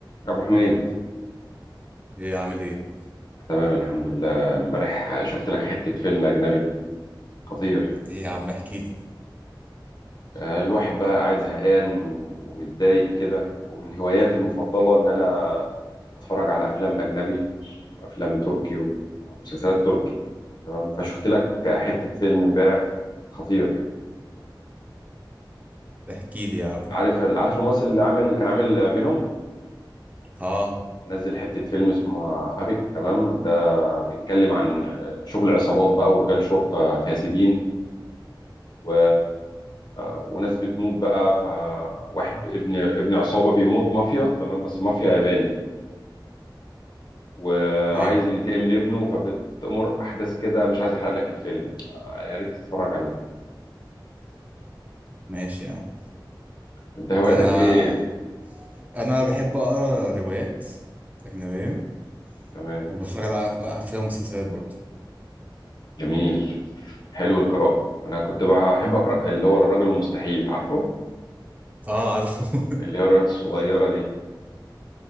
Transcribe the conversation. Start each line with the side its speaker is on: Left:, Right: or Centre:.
Left: يا ابو حميد
Right: ايه عامل ايه
Left: تمام الحمد لله امبارح شفت لك حتة فيلم اجنبي خطير
Right: ايه يا عم احكي لي
Left: آه، الواحد بقى قاعد زهقان ومتضايق كده ومن هواياتي المفضلة ان انا اتفرج على افلام اجنبي وافلام تركي ومسلسلات تركي تمام فشفت لك حتة فيلم امبارح خطير
Right: احكي لي يا عم
Left: عارف عارف الممثل اللي عامل كان عامل فينوم
Right: اه
Left: نزل حتة فيلم اسمه هافيك تمام ده بيتكلم عن شغل عصابات بقى ورجال شرطة فاسدين و... وناس بتموت بقى فواحد ابن ابن عصابة بيموت مافيا تمام بس مافيا ياباني وعايز
Right: طيب
Left: ينتقم لابنه فبتأمر أحداث كده مش عايز أحرق لك الفيلم آه، يا ريت تتفرج عليه
Right: ماشي يا عم
Left: أنت هواياتك
Right: انا
Left: إيه؟
Right: انا بحب اقرا روايات اجنبيه
Left: تمام
Right: وبتفرج على أف- افلام ومسلسلات برضه
Left: جميل حلو القراءة أنا كنت بقى أحب أقرأ اللي هو الراجل المستحيل تعرفه؟
Right: اه عارفه <laughs>
Left: اللي هي الروايات الصغيرة دي